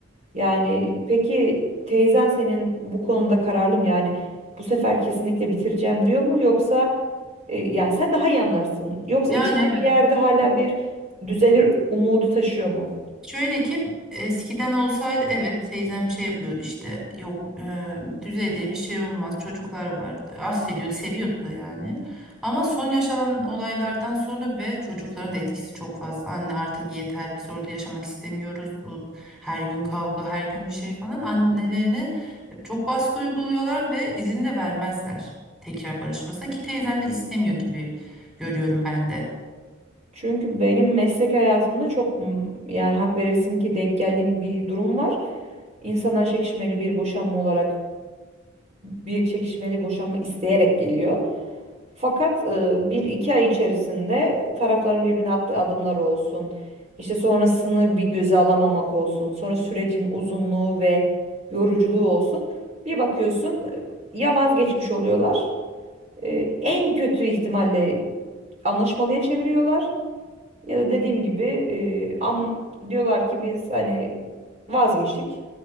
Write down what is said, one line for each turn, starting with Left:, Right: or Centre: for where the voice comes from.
Right: Yani peki teyzen senin bu konuda kararlı mı? Yani bu sefer kesinlikle bitireceğim diyor mu yoksa e, yani sen daha iyi anlarsın. Yoksa
Centre: Yani
Right: içinde
Centre: evet.
Right: bir yerde hala bir düzelir umudu taşıyor mu?
Centre: Şöyle ki eskiden olsaydı evet teyzem şey yapıyordu işte yok e, düzelir bir şey olmaz çocuklar vardı affediyordu seviyordu da yani ama son yaşanan olaylardan sonra ve çocukların da etkisi çok fazla anne artık yeter biz orada yaşamak istemiyoruz bu her gün kavga her gün bir şey falan annelerine çok baskı uyguluyorlar ve izin de vermezler tekrar barışmasına ki teyzem de istemiyor gibi görüyorum ben de.
Right: Çünkü benim meslek hayatımda çok m- yani hak verirsin ki denk geldiğim bir durum var. İnsanlar çekişmeli bir boşanma olarak bir çekişmeli boşanma isteyerek geliyor. Fakat e, bir iki ay içerisinde tarafların birbirine attığı adımlar olsun. İşte sonrasını bir göze alamamak olsun. Sonra sürecin uzunluğu ve yoruculuğu olsun. Bir bakıyorsun e, ya vazgeçmiş oluyorlar. e, En kötü ihtimalle anlaşmalıya çeviriyorlar ya da dediğim gibi e, an diyorlar ki biz hani vazgeçtik.